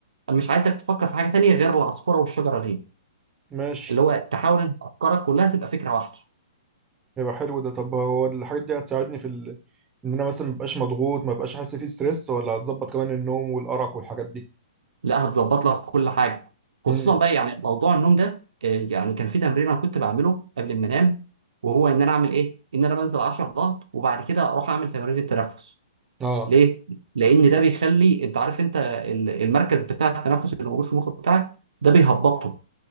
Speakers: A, on the right (about 70°); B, on the right (about 15°).
A: مش عايزك تفكر في حاجه تانية غير العصفوره والشجره دي
B: ماشي
A: اللي هو تحاول ان افكارك كلها تبقى فكره واحده
B: يبقى حلو ده طب هو الحاجات دي هتساعدني في ال... ان انا مثلا مبقاش مضغوط مبقاش حاسس فيه ستريس ولا هتظبط كمان النوم والارق والحاجات دي
A: لا هتظبط لك كل حاجه
B: امم
A: خصوصا بقى يعني موضوع النوم ده آه، يعني كان في تمرين انا كنت بعمله قبل ما انام وهو ان انا اعمل ايه ان انا بنزل 10 ضغط وبعد كده اروح اعمل تمارين التنفس
B: اه
A: ليه؟ لأن ده بيخلي أنت عارف أنت ال- المركز بتاع التنفس اللي موجود في المخ بتاعك ده بيهبطه